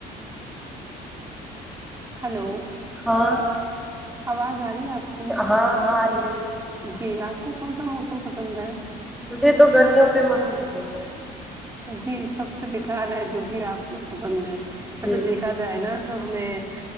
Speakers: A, on the right; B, in the centre.
A: ہیلو
B: ہاں
A: آواز آرہی ہے آپ کو
B: ہاں ہاں آ رہی ہے
A: جی آپ کو کون سا موسم پسند ہے
B: مجھے تو گرمیوں کے موسم پسند ہے
A: جی سب سے بیکار ہے جو کہ آپ کو پسند ہے ویسے
B: جی
A: دیکھ دیکھا جائے نا تو ہمیں